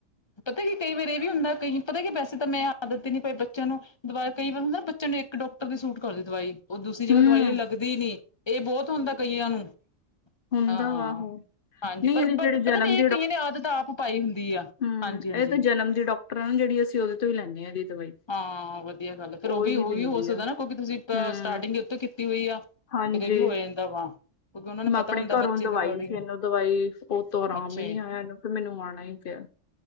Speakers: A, on the left; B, on the left.
A: ਪਤਾ ਕੀ ਕਈ ਵਾਰ ਇਹ ਵੀ ਹੁੰਦਾ ਕਈ ਪਤਾ ਕਿ ਵੈਸੇ ਤਾਂ ਮੈਂ ਆਦਤ ਨਹੀਂ ਪਾਈ ਬੱਚਿਆਂ ਨੂੰ, ਦੁਬਾਰਾ ਕਈ ਵਾਰ ਹੁੰਦਾ ਬੱਚਿਆਂ ਨੂੰ ਇੱਕ ਡਾਕ ਇੱਕੋ ਥਾਂ ਦੀ ਸੂਟ ਕਰਦੀ ਦਵਾਈ, ਉਹ ਦੂਸਰੀ ਜਗ੍ਹਾ
B: ਹੂੰ
A: ਦਵਾਈ ਲੱਗਦੀ ਨੀ ਇਹ ਬਹੁਤ ਹੁੰਦਾ ਕਈਆਂ ਨੂੰ
B: ਹੁੰਦਾ
A: ਹਾਂ ਹਾਂ
B: ਵਾ ਉਹ
A: ਹਾਂਜੀ
B: ਨਹੀਂ
A: ਪਰ
B: ਇਹਦੀ ਜਿਹੜੀ ਜਨਮ
A: ਪਤਾ ਨੀ ਇਹ ਕਈਆਂ ਨੇ ਆਦਤ ਆਪ ਪਾਈ ਹੁੰਦੀ ਆ।
B: ਹੂ
A: ਹਾਂਜੀ ਹਾਂਜੀ
B: ਇਹ ਤਾਂ ਜਨਮ ਦੀ ਡਾਕਟਰ ਨਾ ਜਿਹੜੀ ਅਸੀਂ ਉਹਦੇ ਤੋਂ ਹੀ ਲੈਂਦੇਆ ਇਹਦੀ ਦਵਾਈ
A: ਹਾਂ ਵਧੀਆ ਗੱਲ ਆ ਫਿਰ ਉਹ
B: ਉਹੀ
A: ਵੀ ਉਹ
B: ਦਿੰਦੀ
A: ਵੀ ਹੋ ਸਕਦਾ
B: ਆ
A: ਨਾ ਕਿਉਂਕਿ ਤੁਸੀਂ
B: ਹੂੰ
A: ਸਟਾਰਟਿੰਗ ਉੱਥੋਂ ਕੀਤੀ ਹੋਈ ਆ। ਫਿਰ
B: ਹਾਂਜੀ
A: ਇਹ ਵੀ ਹੋ ਜਾਂਦਾ ਵਾ ਉਹਨਾਂ ਨੂੰ
B: ਮੈਂ
A: ਪਤਾ
B: ਆਪਣੇ
A: ਹੁੰਦਾ
B: ਘਰੋਂ
A: ਬੱਚੇ
B: ਦਵਾਈ
A: ਦੇ ਅਕੋਰਡਿੰਗ
B: ਸੀ ਇਹਨੂੰ ਦਵਾਈ ਉਹ ਤੋਂ ਆਰਾਮ
A: ਅੱਛਾ
B: ਹੀ ਨੀ
A: ਜੀ
B: ਆਇਆ ਇਹਨੂੰ ਫਿਰ ਮੈਨੂੰ ਆਣਾ ਹੀ ਪਿਆ।